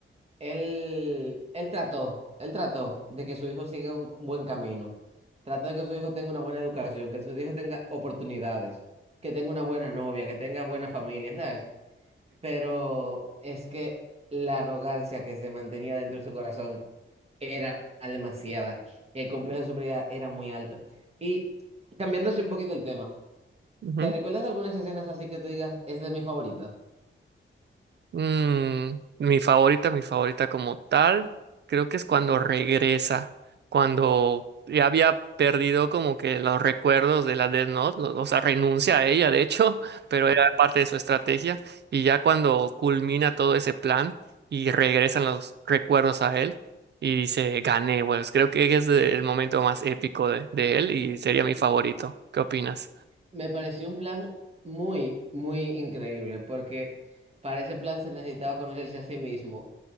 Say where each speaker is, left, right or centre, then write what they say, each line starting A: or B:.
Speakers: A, on the right; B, on the right.
A: Él, él trató, él trató de que su hijo siga un buen camino. Trató de que su hijo tenga una buena educación, que su hijo tenga oportunidades, que tenga una buena novia, que tenga buena familia, ¿sabes? Pero es que la arrogancia que se mantenía dentro de su corazón era demasiada. El complejo de superioridad era muy alto. Y cambiándose un poquito el tema,
B: Sí.
A: ¿te recuerdas de algunas escenas así que te digas, es de mi favorita?
B: Mm, mi favorita, mi favorita como tal, creo que es cuando regresa, cuando ya había perdido como que los recuerdos de la Death Note, lo- o sea, renuncia a ella, de hecho, <laughs> pero era parte de su estrategia, y ya cuando culmina todo ese plan y regresan los recuerdos a él y dice, gané, pues creo que es el momento más épico de, de él y sería mi favorito. ¿Qué opinas?
A: Me pareció un plan muy, muy increíble, porque para ese plan se necesitaba conocerse a sí mismo,